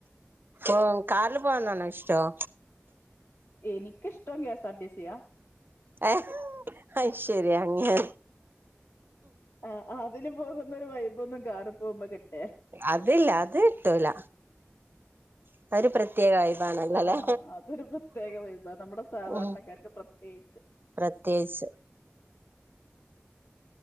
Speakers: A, on the right; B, on the left.
A: ആഹ് കാറില് പോവന്നാണോ ഇഷ്ടം
B: ഏനിക്ക ഇഷ്ടം എസ് ആർ ടി സിയ
A: ഏ അ ശരി അങ്ങെ
B: ആ അതില് പോകുന്ന ഒരു വൈബ് ഒന്നും കാറി പോകുമ്പോ കിട്ട
A: അതില്ല അത് കിട്ടൂല അത് ഒരു പ്രത്യേക വൈബ് ആണലല്ലോ
B: ആ അതൊരു പ്രത്യേക വൈബാ നമ്മുടെ സാധാരണക്കാർക്ക്
A: ഉ
B: പ്രത്യേകിച്ച്
A: പ്രത്യേകിച്ച്